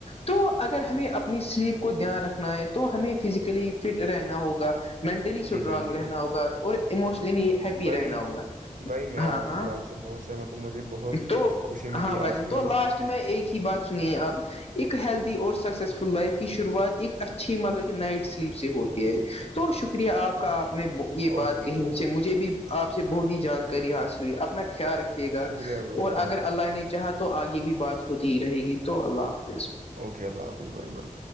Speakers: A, on the left; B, on the right.
A: تو اگر ہمیں اپنی سلیپ کو دھیان رکھنا ہے تو ہمیں فزیکلی فٹ رہنا ہوگا مینٹلی اسٹرانگ
B: جی بھائی جی بھائی
A: رہنا ہوگا اور اموشنلی ہیپی
B: بھائی
A: رہنا ہوگا
B: بھائی میں
A: ہاں
B: آپ
A: ہاں
B: کی بات سے بہت سہمت ہوں مجھے بہت
A: تو
B: خوشی ملی
A: ہاں بھجن
B: آپ کے
A: تو لاسٹ میں ایک ہی بات سنیے آپ ایک ہیلدی اور سکسیسفل لائف کی شروعات ایک اچھی مطلب کہ نائٹ سلیپ سے ہوتی ہے تو شکریہ آپ کا آپ نے یہ
B: اوکے
A: بات کہی
B: اوکے
A: سے
B: بھائی
A: مجھے بھی آپ سے بہت ہی جانکاری حاصل ہوئی اپنا خیال رکھیے گا
B: شکریہ بھائی
A: اور اگر
B: اوکے
A: اللہ نے چاہاں تو آگے بھی بات ہوتی ہی رہے گی تو اللہ حافظ
B: اوکے اللہ حافظ بائے بھائی